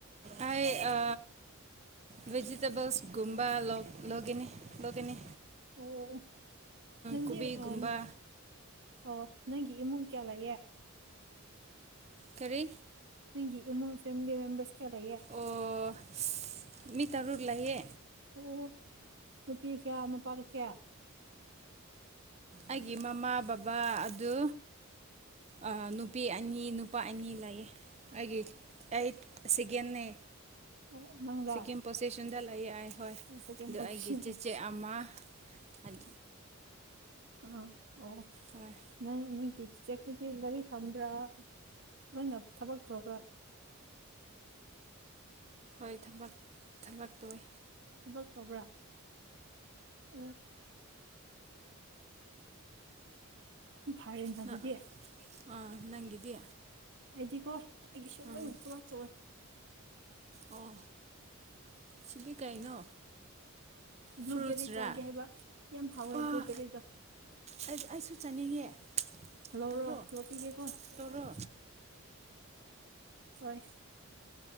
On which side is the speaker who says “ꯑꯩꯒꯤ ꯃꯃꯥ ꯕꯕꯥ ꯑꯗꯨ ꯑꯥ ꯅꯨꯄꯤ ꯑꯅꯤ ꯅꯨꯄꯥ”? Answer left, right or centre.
Right